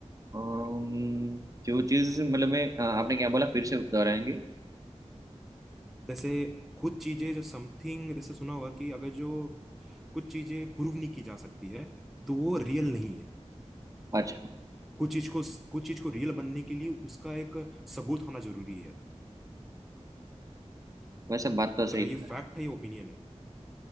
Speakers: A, on the right; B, in the centre.
A: अम्म, जो चीज़ मतलब मैं अ, आपने क्या बोला फिर से दोहराएंगे
B: जैसे कुछ चीजें जो समथिंग जैसे सुना होगा कि अगर जो कुछ चीजें प्रूव नहीं की जा सकती है तो वो रियल नहीं है
A: अच्छा
B: कुछ चीज को कुछ चीज को रियल बनने के लिए उसका एक सबूत होना जरूरी है
A: वैसे बात तो सही
B: तो क्या ये
A: है
B: फैक्ट है या ओपिनियन है